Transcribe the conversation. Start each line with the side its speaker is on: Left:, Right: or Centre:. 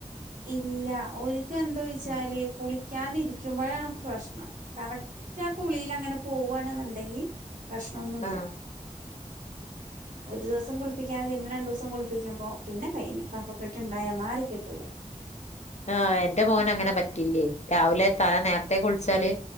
Right: ഇല്ല ഒരിക്ക എന്താ ഒഴിച്ചാല
Left: ഉം.
Right: കുളി കുളിക്കാതിരിക്കുമ്പോഴാണ് പ്രശ്നം കറക്റ്റ് ആ കുളിൽ അങ്ങനെ പോവുവാണെന്നുണ്ടെങ്കിൽ പ്രശ്നൊന്നുല്ല
Left: ആ
Right: ഒരു ദിവസം കുളിപ്പിക്കാതെ പിന്നെ രണ്ടു ദിവസം കുളിപ്പിക്കുമ്പോ പിന്നെ കഴിഞ്ഞു കഫക്കെട്ട് ഇണ്ടായാ മാറി കിട്ടൂല
Left: ആ എന്റെ മോന അങ്ങനെ പറ്റില്ലേ രാവിലെ തല നേരത്തേ കുളിച്ചാല്